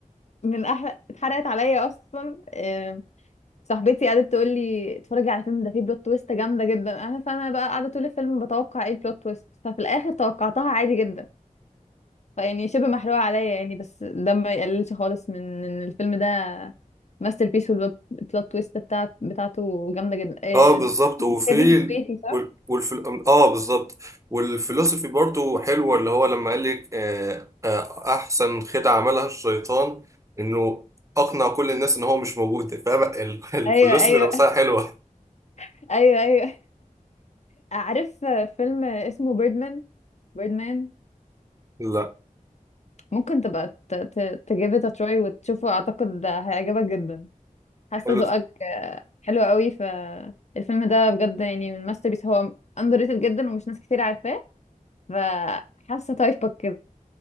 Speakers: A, on the left; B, on the right.
A: من احلى اتحرقت عليا اصلا آه صاحبتي قعدت تقول لي اتفرجي على الفيلم ده فيه بلوت تويست جامده جدا انا فانا بقى قاعده طول الفيلم بتوقع ايه البلوت تويست ففي الاخر توقعتها عادي جدا فيعني شبه محروقه عليا يعني بس ده ما يقللش خالص من ان الفيلم ده ماستر بيس والبلوت تويست بتاعت بتاعته جامده جدا إيه...
B: اه بالظبط وفي
A: كيفن سبيسي صح؟
B: وال- والف... اه بالظبط والفلسفي برضو حلوه اللي هو لما قال لك آه آه احسن خدعه عملها الشيطان انه اقنع كل الناس ان هو مش موجود فبقى ال- <laughs> الفلسفي
A: ايوه ايوه
B: لمسها حلوه
A: <laughs> ايوه ايوه عارف فيلم اسمه بيردمان بيردمان
B: لا
A: ممكن تبقى ت- ت- تجيب it a try وتشوفه اعتقد هيعجبك جدا حاسه
B: حلو
A: ذوقك آه، حلو قوي ف الفيلم ده بجد يعني من ماستر بيس هو اندر ريتد جدا ومش ناس كتير عارفاه فحاسه تايبك كده